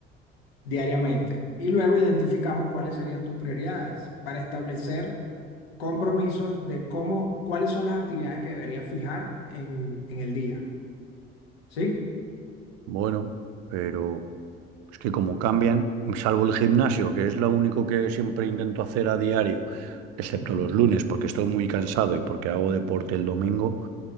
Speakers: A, on the left; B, on the right.
A: diariamente y luego identificamos cuáles serían tus prioridades para establecer compromisos de cómo, cuáles son las actividades que deberías fijar en, en el día. ¿Sí?
B: Bueno, pero es que como cambian, salvo el gimnasio, que es lo único que siempre intento hacer a diario, excepto
A: Ujú.
B: los lunes porque estoy muy cansado y porque hago deporte el domingo,